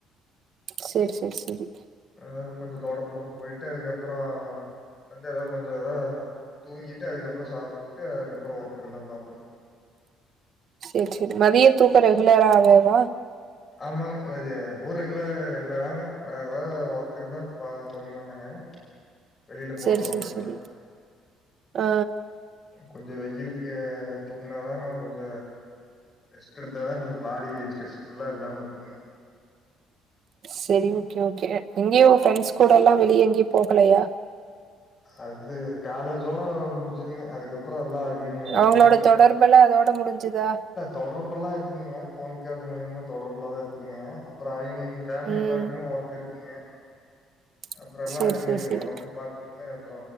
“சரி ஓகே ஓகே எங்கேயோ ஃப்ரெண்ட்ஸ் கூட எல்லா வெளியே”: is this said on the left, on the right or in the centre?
Right